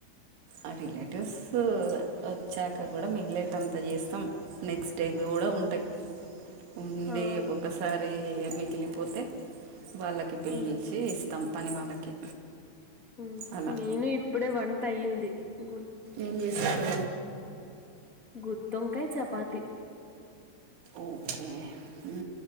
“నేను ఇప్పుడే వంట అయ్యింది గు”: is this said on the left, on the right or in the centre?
Left